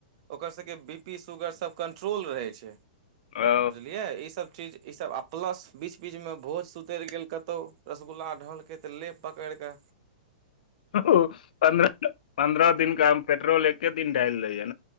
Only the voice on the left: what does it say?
ओ
ओ पन्द्रह पन्द्रह दिन क पेट्रोल एके दिन डालि लाइए